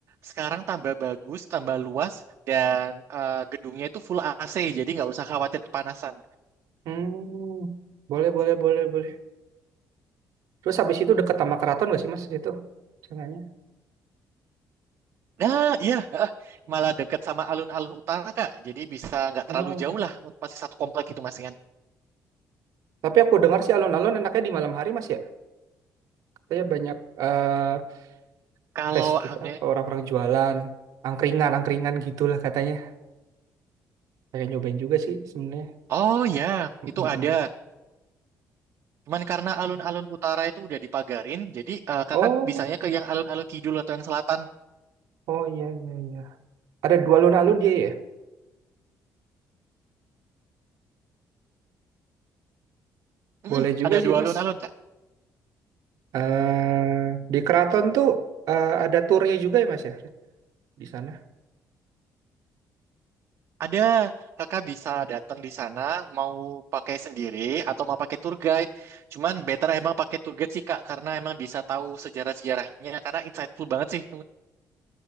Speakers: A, on the right (about 50°); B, on the right (about 80°).
A: Sekarang tambah bagus, tambah luas, dan eh, gedungnya itu full AC, jadi nggak usah khawatir kepanasan.
B: Hmm. Boleh boleh boleh boleh. Terus habis itu deket sama keraton gak sih Mas itu? Sananya.
A: Nah, iya, eh, malah dekat sama alun-alun utara, Kak. Jadi bisa nggak terlalu
B: Oh.
A: jauh lah, masih satu komplek itu masih kan.
B: Tapi aku dengar sih alun-alun enaknya di malam hari Mas ya. Katanya banyak eh,
A: Kalau,
B: festival
A: eh,
B: orang-orang jualan, angkringan, angkringan gitulah katanya. Pengen nyobain juga sih sebenarnya.
A: oh ya,
B: Mm,
A: itu
B: mm, mm.
A: ada. Cuman karena alun-alun utara itu udah dipagarin, jadi eh, kakak
B: Oh,
A: bisanya ke yang alun-alun kidul atau yang selatan.
B: oh iya iya iya. Ada dua alun-alun dia ya.
A: Mm-mm,
B: Boleh juga
A: ada
B: sih
A: dua
B: Mas.
A: alun-alun, Kak.
B: eh di Keraton tuh eh, ada turnya juga ya Mas ya di sana.
A: Ada, kakak bisa datang di sana, mau pakai sendiri atau mau pakai tour guide. Cuman better emang pakai tour guide sih, Kak, karena emang bisa tahu sejarah-sejarahnya, karena insightful banget sih.